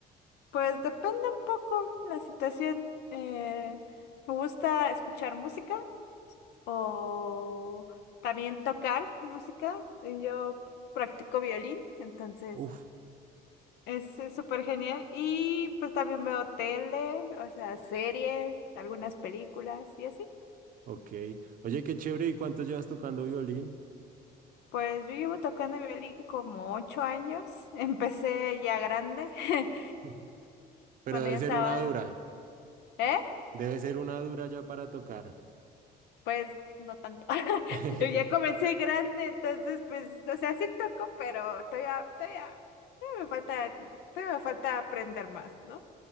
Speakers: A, on the left; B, on the right.
A: Pues depende un poco la situación. eh, me gusta escuchar música o también tocar música. eh, Yo practico violín, entonces
B: Uf,
A: es eh, súper genial. Y pues también veo tele, o sea, series, algunas películas y así.
B: ok. Oye, qué chévere, ¿y cuánto llevas tocando violín?
A: Pues yo llevo tocando violín como ocho años. <laughs> Empecé ya grande, <laughs>
B: <laughs> Pero
A: cuando
B: debe
A: ya
B: ser
A: estaba...
B: una dura,
A: ¿eh?
B: debe ser una dura ya para tocar.
A: Pues no tanto. <laughs>
B: <laughs>
A: Yo ya comencé grande, entonces pues, o sea, sí toco, pero todavía, todavía, todavía me falta, todavía me falta aprender más, ¿no?